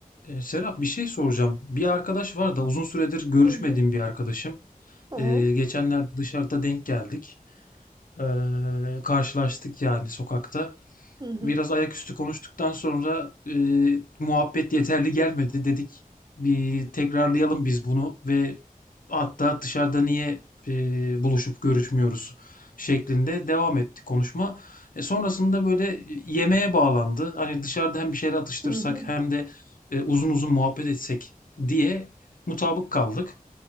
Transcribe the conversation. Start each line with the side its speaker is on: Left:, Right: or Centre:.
Left: Ee, Serap bir şey soracağım. Bir arkadaş var da uzun süredir görüşmediğim
Right: Hı hı,
Left: bir arkadaşım.
Right: tamam.
Left: Ee, geçenlerde dışarıda denk geldik. Ee, karşılaştık yani sokakta
Right: Hı hı,
Left: biraz ayaküstü konuştuktan sonra e, muhabbet yeterli gelmedi dedik. Bir tekrarlayalım biz bunu ve hatta dışarıda niye e, buluşup görüşmüyoruz şeklinde devam etti konuşma. E, sonrasında böyle yemeğe bağlandı. Hani dışarıda hem bir şeyler atıştırsak
Right: hı hı.
Left: hem de e, uzun uzun muhabbet etsek diye mutabık kaldık.